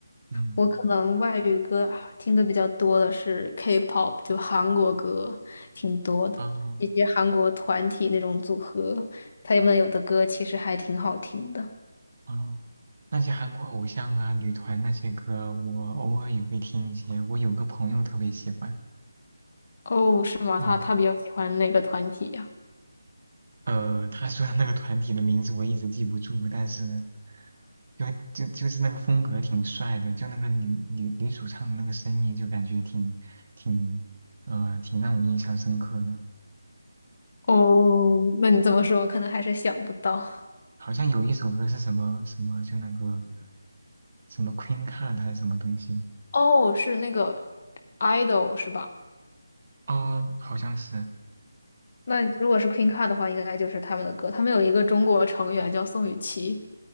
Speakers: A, on the right (about 50°); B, on the left (about 45°).
A: 嗯，
B: 我可能外语歌啊听的比较多的是 K-pop，就韩国歌挺多的，
A: 哦
B: 以及韩国团体那种组合，他们有的歌其实还挺好听的。
A: 哦，那些韩国偶像啊、女团那些歌，我偶尔也会听一些。我有个朋友特别喜欢。
B: 哦，是吗？
A: 嗯。
B: 他他比较喜欢哪个团体呀？
A: 呃，他说的那个团体的名字我一直记不住，但是就就就是那个风格挺帅的，就那个女女女主唱的那个声音，就感觉挺挺呃挺让我印象深刻的。
B: 哦，那你这么说，我可能还是想不到。
A: 好像有一首歌是什么什么，就那个什么 Queen Card 还是什么东西？
B: 哦，是那个 idol 是吧？
A: 哦，好像是。
B: 那如果是 Queen Card 的话，应该就是他们的歌。他们有一个中国成员叫宋雨琦，